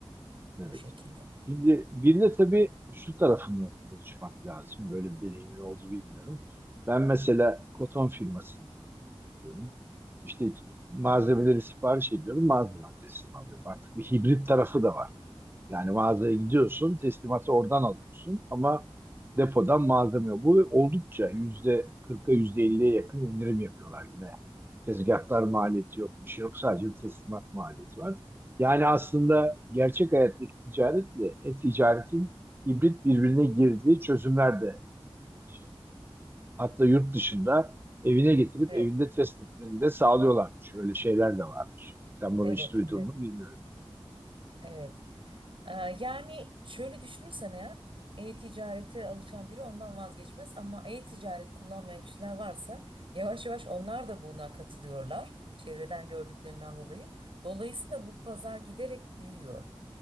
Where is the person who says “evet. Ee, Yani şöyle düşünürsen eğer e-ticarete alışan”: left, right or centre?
Right